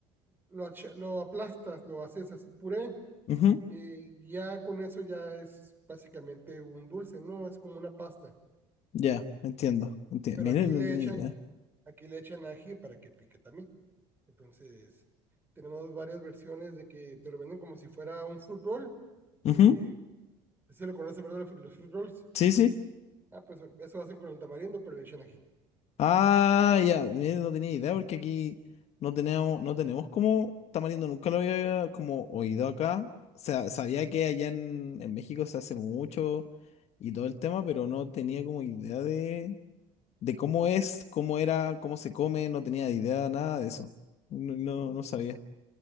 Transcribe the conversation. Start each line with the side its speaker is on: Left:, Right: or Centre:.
Right: lo, lo aplastas, lo haces así puré,
Left: Ujú,
Right: eh, ya con eso ya es básicamente un dulce, ¿no? Es como una pasta.
Left: Ya, entiendo. Entiendo.
Right: Pero
Left: Mira,
Right: aquí
Left: no
Right: le
Left: tenía
Right: echan,
Left: idea.
Right: aquí le echan ají para que pique también. Entonces, tenemos varias versiones de que te lo venden como si fuera un fruit roll. Eh,
Left: Ujú,
Right: se lo conoce, ¿verdad? los fruit rolls.
Left: Sí, sí.
Right: Ah, pues eso hacen con el tamarindo, pero le echan ají.
Left: Ah, ya, mira, no tenía idea porque aquí
Right: Sí.
Left: no tenemos, no tenemos como tamarindo, nunca lo había como oído acá. O sea, sabía que allá en, en México se hace mucho y todo el tema, pero no tenía como idea de, de cómo es, cómo era, cómo se come, no tenía idea de nada de eso. No, no, no sabía.